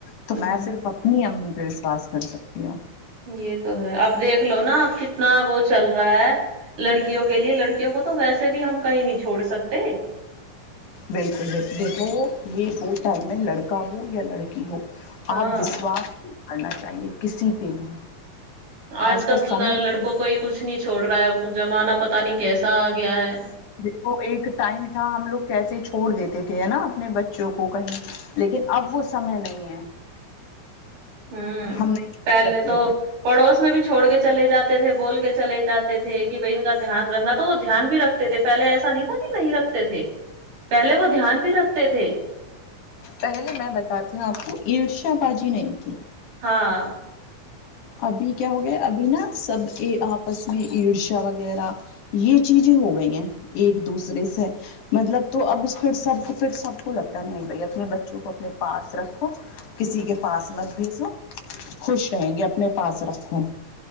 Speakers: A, on the left; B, on the right.
A: تو میں
B: ہ
A: صرف اپنی امی وشواس کر سکتی ہوں
B: یہ تو ہے اب دیکھ لو نا اب کتنا وہ چل رہا ہے لڑکیوں کے لیے لڑکیوں کو تو ویسے بھی ہم کہیں نہیں چھوڑ سکتے
A: بالکل بکل دیکھو یہ وہ ٹائم ہے لڑکا ہو یا لڑکی ہو
B: ہاں
A: آپ وشواس پڑنا چاہیے کسی پہ بھی
B: آج کل
A: کا سمے جو
B: لڑکوں
A: ہے،
B: کوئی کچھ نہیں چھوڑ رہا ہے جمانہ پت پتا نہیں کیسا آ گیا ہے
A: دیکھو ایک ٹائم تھا ہم لوگ کیسے چھوڑ دیتے تھے نا اپنے بچوں کو کہیں لیکن اب وہ سمے نہیں ہے
B: ہوں
A: ہم نہیں چھوڑ
B: پہلے
A: سکتے
B: تو
A: اپنے
B: پڑوس میں بھی چھوڑ کے چل جاتے تھے بول کے چلے جاتے تھے کہ بھائی ان کا دھیان رکھنا تو وہ دھیان بھی رکھتے تھے پہلے ایسا نہیں تھا کہ نہیں رکھتے تھے پہلے وہ دھیان بھی رکھتے تھے
A: پہلے میں بتاتی ہوں آپ کو عش ش بازی نہیں تھی
B: ہاں
A: ابھی کیا ہو گیا ابھی نا سب ا آپس میں عرشا وغیرہ یہ چیزیں ہو گئی ہیں ایک دوسرے سے مطلب تو اب پھر سب پھر سب کو لگتا ہے نہیں بھائی اپنے بچوں کو اپنے پاس رکھو کسی کے پاس مت بھیجو خوش کہیں گے اپنے پاس رکھو